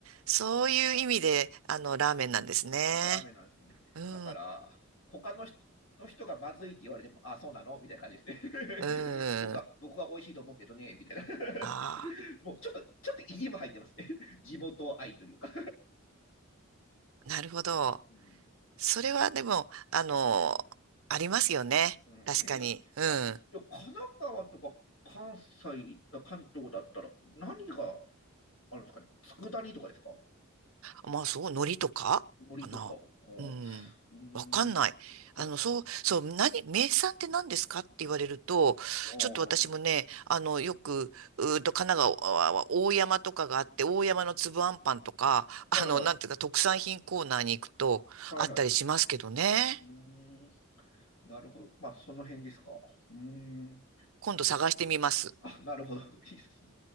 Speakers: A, on the right (about 75°); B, on the left (about 70°).
A: そういう意味で、あの、
B: うん
A: ラーメンなんですね。
B: のラーメンなんですね。
A: うん、
B: だから、他の人の人がまずいって言われても、あ、そうなのみたいな感じですね。
A: う
B: <laughs> 僕は、
A: ん。
B: 僕は美味しいと思うけどね、みたいな。
A: ああ、
B: <laughs> もうちょっと、ちょっと意地も入ってますね。<laughs> 地元愛というか
A: なるほど。
B: <laughs> うん。
A: それはでも、あの、ありますよね。
B: うんですよ。
A: 確かに。うん。
B: あ、でも神奈川とか関西、あ関東だったら何があるんですかね佃煮とかですか
A: まあそう、海苔とかかな。
B: 森とか。ほ
A: うん。
B: ううーん。
A: わかんない。あの、
B: あ、
A: そう、そう、何、名産って何ですかって言われると、
B: あー
A: ちょっと私もね、あの、よく、うーと、神奈川は大山とかがあって、大山の粒あんパンとか、あの、
B: はいはい。
A: なんていうか、特産品コーナーに行くと、
B: はいはい。
A: あったりしますけどね。
B: うーん。なるほど。まあ、その辺ですか。うーん。
A: 今度探してみます。
B: あ、なるほど。いいですね